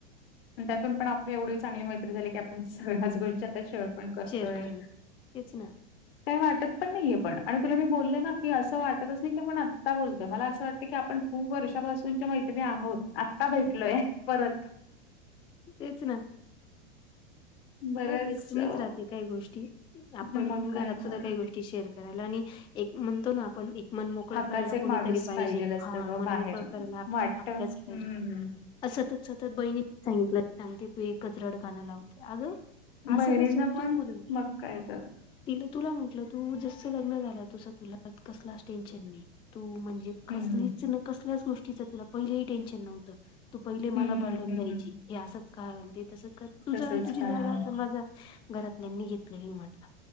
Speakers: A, on the left (about 65°); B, on the left (about 15°).
A: आणि त्यातून पण आपली एवढी चांगली मैत्री झाली की आपण सगळ्याच गोष्टी आता शेअर पण करतोय.
B: शेअर करून तेच ना.
A: काय वाटत पण नाहीये पण आणि तुला मी बोलले ना की असं वाटतच नाही की आपण आत्ता बोलतोय मला असं वाटत की आपण खूप वर्षपासूनच्या मैत्रिणी आहोत. आत्ता भेटलोय परत
B: तेच ना.
A: बरंच
B: काय बेस्टीनीच
A: अ,
B: राहते काही गोष्टी. आपण
A: मग काय
B: घरात सुद्धा
A: तर
B: काही गोष्टी शेअर करायला आणि एक म्हणतो ना आपण एक मनमोकळं
A: हक्काचा
B: करायला
A: एक
B: कोणीतरी
A: माणूस
B: पाहिजे
A: पाहिजेल असतं
B: हा
A: ग
B: मनमोकळं
A: बाहेर
B: करायला हक्या
A: वाटत
B: हक्याच
A: हम्म
B: पाहिजे. सतत सतत बहिणी सांगितलं सांगते तू एकच रड गान लाव अगं असं
A: बहिणींना
B: कसं
A: पण
B: तू बोल.
A: मग काय तर
B: तिले तुला म्हटलं तू जस लग्न झालं तसं तुला यात कसलाच टेन्शन नाही तू म्हणजे
A: हम्म
B: कसलीच न कसल्याच गोष्टीच तुला पहिलेही टेन्शन नव्हतं तू पहिले
A: हम्म
B: मला बर्डन
A: हम्म
B: द्यायची हे असंच का अनि ते तसच का तुझ
A: तसच
B: तुझी
A: काय
B: जागा आता माझा घरातल्यांनी घेतलेली ये म्हटलं.